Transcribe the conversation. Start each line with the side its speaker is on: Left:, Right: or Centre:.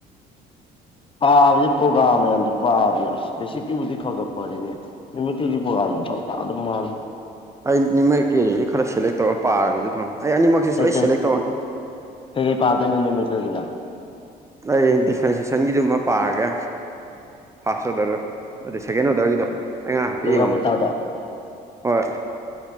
Left: ꯄꯥꯕꯁꯦ ꯄꯣꯒꯥꯥꯝ ꯃꯌꯥꯝꯁꯨ ꯄꯥꯕꯅꯦ ꯑꯁ ꯦꯁꯤꯛꯀꯤꯕꯨꯗꯤ ꯈꯒꯠꯄꯔꯅꯦ ꯅꯨꯃꯤ ꯀꯒꯤ ꯄꯣꯝ ꯐ ꯇꯥꯛ ꯑꯗꯨꯝ ꯃꯥꯜꯂꯦ
Right: ꯑꯩ ꯅꯤꯃꯤ ꯀꯦꯖꯤꯗꯤ ꯈꯔ ꯁꯦꯂꯦꯛ ꯇꯧꯔꯒ ꯄꯥꯔꯗꯤꯧ ꯑꯩ ꯑꯅꯤꯃꯛꯁꯤ ꯁ
Left: ꯀꯩꯀꯩ
Right: ꯂꯣꯏ ꯁꯦꯂꯦꯛ ꯇꯧꯔꯅꯤ
Left: ꯀꯩꯀꯩ ꯄꯥꯗꯣꯏꯅꯣ ꯅꯨꯃꯤꯠꯀꯒꯤꯅ
Right: ꯑꯩ ꯗꯤꯐ꯭ꯔꯦꯟꯁꯤꯦꯁꯟꯒꯤꯗꯨꯃ ꯄꯥꯔꯒꯦ ꯐꯥꯔꯁ ꯑꯣꯗꯔꯣ ꯑꯗ ꯁꯦꯀꯦꯟ ꯑꯣꯗꯔꯒꯤꯗꯣ ꯑꯩ ꯉ ꯍꯥꯏꯐꯦꯠ
Left: ꯗꯨꯔꯒꯥ
Right: ꯌꯦꯡꯉꯝꯕꯅꯤ
Left: ꯀꯨꯇꯥꯗꯣ
Right: ꯍꯣꯏ